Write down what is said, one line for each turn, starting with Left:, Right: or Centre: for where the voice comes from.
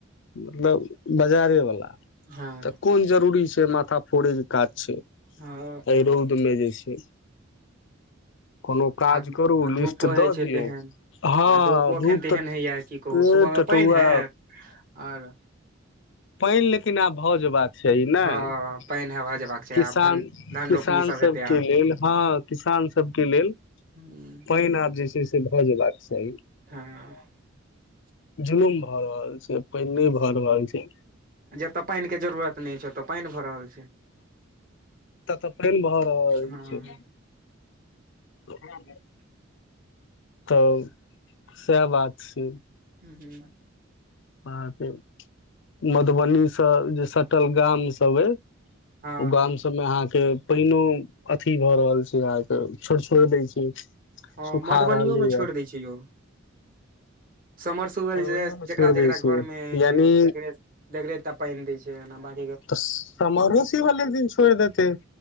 Left: मतलब बाजारे वला
Right: हँ
Left: तऽ कोन जरूरी छै माथा फोड़े के काज छै
Right: हँ कोन
Left: एहि
Right: जा
Left: रौद मे जे छै कोनो काज
Right: आ
Left: करू
Right: आ
Left: लिस्ट
Right: धूपो होइ
Left: दऽ
Right: छै
Left: दियौ
Right: तेहन
Left: हँ
Right: आ धूपो एखन
Left: धूप
Right: तेहन
Left: तऽ
Right: हैया की कहू
Left: पेट
Right: सुबह मे
Left: त
Right: पानि
Left: टोवा
Right: हैत आओर
Left: पानि लेकिन आब भऽ जेबा छै नेय
Right: हँ पानि हेबा जेबाक छै
Left: किसान
Right: आब धन धान
Left: किसान
Right: रोपनी सब
Left: सबके
Right: हेतै आब
Left: लेल हँ किसान ान सब के लेल
Right: हूं
Left: पैन आब जे छै से भए जेबाक चाही
Right: हँ
Left: जुलुम भए रहल छै पानि
Right: ह
Left: नय भए रहल छै
Right: जतय पानिके जरूरत नहि छै ओतय पानि भऽ रहल छै
Left: तऽ तऽ फेन भऽ रहल
Right: हँ
Left: छै हँ ह तऽ सएह बात छै
Right: हूं हूं
Left: अहाँके मधुबनीसँ जे सटल गामसभ अइ
Right: हँ
Left: ओ गाम सबमे अहाँके पैनौ अथी भऽ रहल छै अहाँके छोड़ छोड़ दै छै
Right: हँ
Left: सुखा
Right: मधुबनिओमे
Left: रहलैए
Right: छोड़ दै छै यौ समर सुबल
Left: मधुबनियोमे
Right: जेकरा
Left: छोड़ि
Right: जेकरा
Left: दै
Right: घर
Left: छै
Right: में होय
Left: यानि
Right: छै जकरे जकरे पानि देय छैय ब
Left: तऽ समरोसीबल एक दिन छोड़ि देते